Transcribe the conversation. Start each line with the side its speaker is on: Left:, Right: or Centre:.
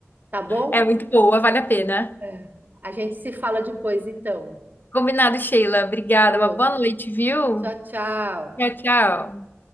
Right: Tá bom?
Left: É muito boa, vale a pena.
Right: É. A gente se fala depois, então.
Left: Combinado, Sheila. Obrigada.
Right: Falou.
Left: Uma boa noite, viu?
Right: Tchau, tchau.
Left: Tchau, tchau.